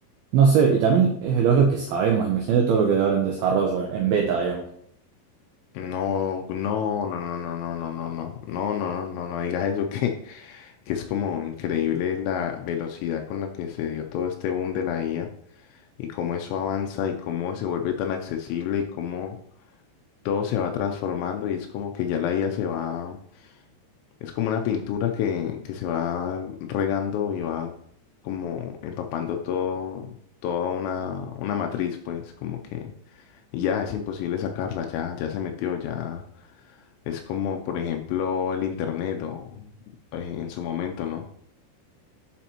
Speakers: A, on the right (about 85°); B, on the left (about 80°).
A: no sé. Y también es veloz lo que sabemos. Imagínate todo lo que debe haber en desarrollo, en beta, digamos.
B: No, no, no, no, no, no, no, no, no, no, no, no, no, no digas eso <laughs> que, que es como increíble la velocidad con la que se dio todo este boom de la IA y cómo eso avanza y cómo se vuelve tan accesible y cómo todo se va transformando y es como que ya la IA se va, es como una pintura que, que se va regando y va como empapando todo, toda una, una matriz, pues como que ya es imposible sacarla, ya, ya se metió, ya es como, por ejemplo, el internet o eh, en su momento, ¿no?